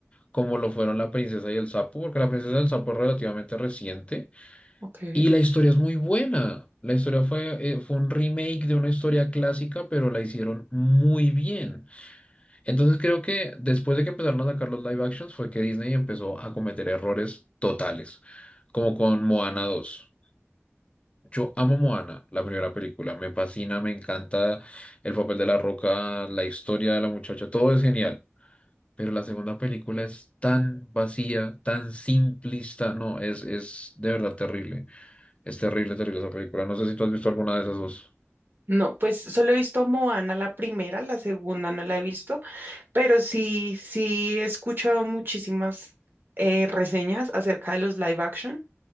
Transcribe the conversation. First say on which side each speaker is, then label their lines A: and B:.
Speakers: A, on the left (about 25°); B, on the right (about 45°).
A: como lo fueron La Princesa y el Sapo, porque La Princesa y el Sapo es relativamente reciente
B: Ok.
A: y la historia es muy buena. La historia fue, eh, fue un remake de una historia clásica, pero la hicieron muy bien. Entonces creo que después de que empezaron a sacar los live actions fue que Disney empezó a cometer errores totales, como con Moana dos yo amo Moana, la primera película. Me fascina, me encanta el papel de la roca, la historia de la muchacha, todo es genial. Pero la segunda película es tan vacía, tan simplista. No, es, es de verdad terrible. Es terrible, terrible esa película. No sé si tú has visto alguna de esas dos.
B: No, pues solo he visto Moana la primera, la segunda no la he visto, pero sí, sí he escuchado muchísimas eh, reseñas acerca de los live action.